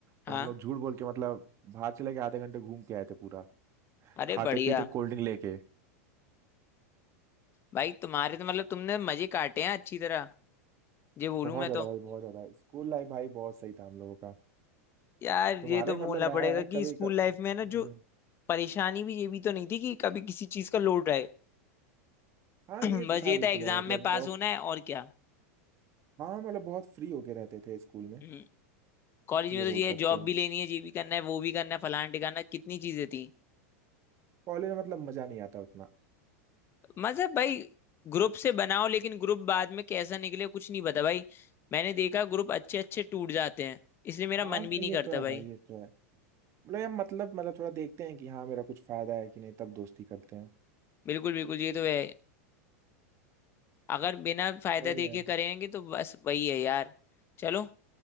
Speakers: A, on the left (about 30°); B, on the right (about 35°).
A: हाँ
B: और हम लोग झूठ बोल के मतलब बाहर चले के आधे घंटे घूम के आए थे पूरा
A: अरे
B: खाते
A: बढ़िया
B: पीते कोल्ड ड्रिंक लेके
A: भाई तुम्हारे तो मतलब तुमने मजे काटे हैं अच्छी तरह ये बोलूं
B: बहुत
A: मैं
B: ज्यादा
A: तो
B: भाई बहुत ज्यादा स्कूल लाइफ भाई बहुत सही था हम लोगों का
A: यार
B: तुम्हारे
A: ये तो
B: मतलब
A: बोलना पड़ेगा
B: रहा है
A: कि
B: कभी
A: स्कूल
B: कर...
A: लाइफ में
B: हम्म।
A: ना जो परेशानी भी ये भी तो नहीं थी कि कभी किसी चीज का लोड रहे
B: <laughs> हाँ
A: <clears throat>
B: ये तो
A: बस
B: था
A: ये
B: बिल्कुल
A: था एग्जाम
B: भाई मतलब
A: में पास
B: बहुत
A: होना है और क्या
B: हाँ मतलब बहुत फ्री होके रहते थे स्कूल में
A: हम्म, कॉलेज
B: ये
A: में तो
B: बोल
A: ये है
B: सकते
A: जॉब
B: हो
A: भी लेनी है ये भी करना है वो भी करना है फलाना टिकाना कितनी चीजें थी
B: कॉलेज में मतलब मजा नहीं आता उतना
A: मतलब भाई ग्रुप से बनाओ लेकिन ग्रुप बाद में कैसा निकले कुछ नहीं पता भाई मैंने देखा ग्रुप अच्छे अच्छे टूट जाते हैं इसलिए मेरा
B: हाँ
A: मन
B: हाँ,
A: भी नहीं
B: ये
A: करता
B: तो है
A: भाई
B: भाई ये तो है मतलब यार मतलब मतलब थोड़ा देखते हैं कि हाँ मेरा कुछ फायदा है कि नहीं तब दोस्ती करते हैं
A: बिल्कुल बिल्कुल ये तो है अगर बिना फायदा
B: वही
A: देखे
B: है
A: करेंगे तो बस वही है यार चलो